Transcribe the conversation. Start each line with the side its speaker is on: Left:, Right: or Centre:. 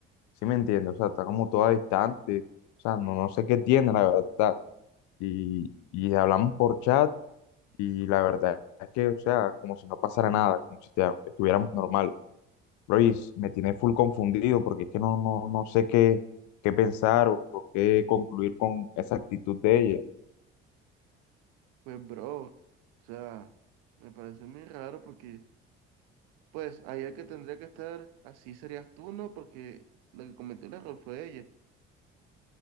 Left: Sí me entiendes, o sea, está como toda distante, o sea, no, no sé qué tiene, la verdad. Y, y hablamos por chat, y la verdad es que, o sea, como si no pasara nada, como si estia- estuviéramos normal. Luis, me tiene full confundido porque es que no, no, no sé qué, qué pensar o, o qué concluir con esa actitud de ella.
Right: Pues, bro, o sea, me parece muy raro porque, pues, ahí el que tendría que estar así serías tú, ¿no? Porque la que cometió el error fue ella.